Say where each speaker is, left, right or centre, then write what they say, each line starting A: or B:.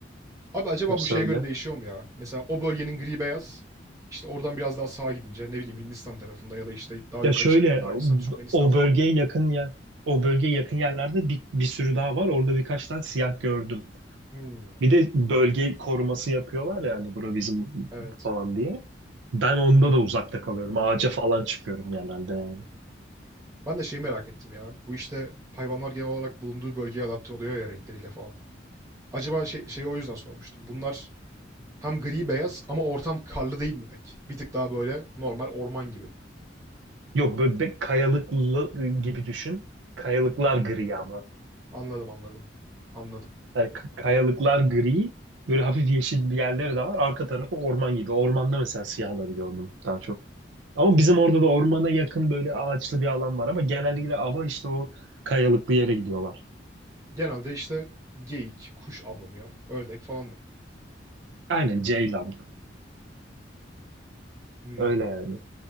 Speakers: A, on the right; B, on the right.
A: Abi acaba
B: Hepsi
A: bu şeye
B: öyle.
A: göre değişiyor mu ya? Mesela o bölgenin gri beyaz. işte oradan biraz daha sağa gidince ne bileyim Hindistan tarafında ya da işte daha
B: Ya
A: yukarı
B: şöyle
A: çıkıyor Pakistan, Türkmenistan
B: o
A: falan.
B: bölgeye yakın yer o bölgeye yakın yerlerde bir, bir sürü daha var. Orada birkaç tane siyah gördüm.
A: Hmm,
B: Bir de bölge koruması yapıyorlar ya hani bura bizim
A: evet.
B: falan diye. Ben onda da uzakta kalıyorum. Ağaca falan çıkıyorum genelde yani.
A: Ben de şeyi merak ettim ya. Bu işte hayvanlar genel olarak bulunduğu bölgeye adapte oluyor ya renkleriyle falan. Acaba şey, şeyi o yüzden sormuştum. Bunlar hem gri beyaz ama ortam karlı değil mi pek? Bir tık daha böyle normal orman gibi.
B: Yok böyle be- kayalıklı gibi düşün. Kayalıklar gri ama.
A: Anladım anladım. Anladım.
B: Yani k- kayalıklar gri, böyle hafif yeşil bir yerleri de var. Arka tarafı orman gibi. Ormanda mesela siyahları gördüm daha çok. Ama bizim orada da ormana yakın böyle ağaçlı bir alan var ama genellikle ava işte o kayalıklı yere gidiyorlar.
A: Genelde işte geyik, kuş avlanıyor. Ördek falan mı?
B: Aynen Ceylan.
A: Hımm.
B: Öyle yani.